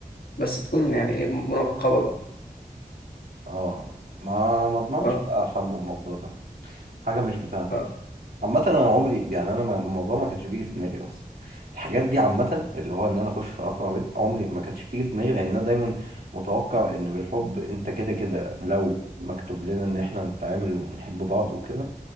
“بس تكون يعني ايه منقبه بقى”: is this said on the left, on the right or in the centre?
Left